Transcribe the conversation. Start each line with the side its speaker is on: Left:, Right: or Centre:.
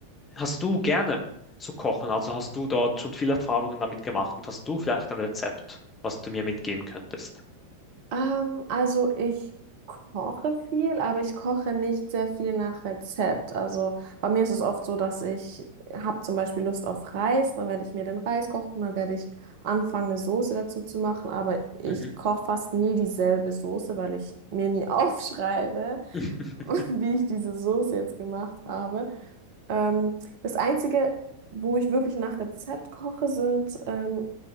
Left: hast du gerne zu kochen? Also hast du dort schon viele Erfahrungen damit gemacht und hast du vielleicht ein Rezept, was du mir mitgeben könntest?
Right: Ähm, also ich koche viel, aber ich koche nicht sehr viel nach Rezept. Also bei mir ist es oft so, dass ich habe zum Beispiel Lust auf Reis, dann werde ich mir den Reis kochen, dann werde ich anfangen, eine Soße dazu zu machen, aber ich
Left: Mhm.
Right: koche fast nie dieselbe Soße, weil ich mir nie <laughs> aufschreibe,
Left: <laughs>
Right: <laughs> wie ich diese Soße jetzt gemacht habe. Ähm, das Einzige, wo ich wirklich nach Rezept koche, sind ähm,